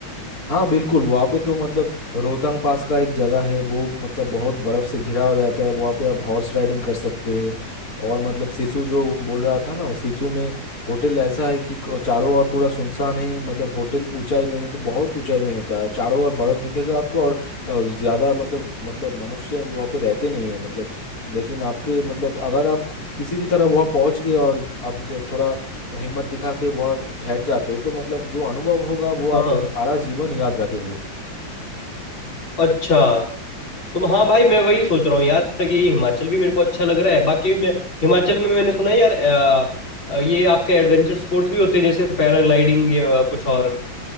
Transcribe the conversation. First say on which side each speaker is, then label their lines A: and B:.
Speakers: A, on the left; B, on the left.
A: हाँ बिल्कुल वहाँ पे तो मतलब रोहतांग पास का एक जगह है वो मतलब बहुत बर्फ से घिरा हो रहता है वहाँ पे आप हॉर्स राइडिंग कर सकते हैं और मतलब सिसु जो बोल रहा था ना सिसु में होटल ऐसा है कि क- चारों ओर पूरा सुनसान है मतलब होटल ऊंचाई में मतलब बहुत ऊंचाई में होता है और चारों ओर बर्फ दिखेगा आपको और अ, ज्यादा मतलब मतलब मनुष्य वहाँ पे रहते नहीं है मतलब लेकिन आपके मतलब अगर आप किसी भी तरह वहाँ पहुँच गए और आप थोड़ा हिम्मत दिखा के बहुत ठहर जाते तो मतलब जो अनुभव होगा वो आप
B: हाँ
A: सारा जीवन याद रखेंगे
B: अच्छा तो हाँ भाई मैं वही सोच रहा हूँ यार कि हिमाचल भी मेरे को अच्छा लग रहा है बाकी मैं हिमाचल में मैंने सुना है यार अ, अ, ये आपके एडवेंचर स्पोर्ट्स भी होते हैं जैसे पैराग्लाइडिंग या कुछ और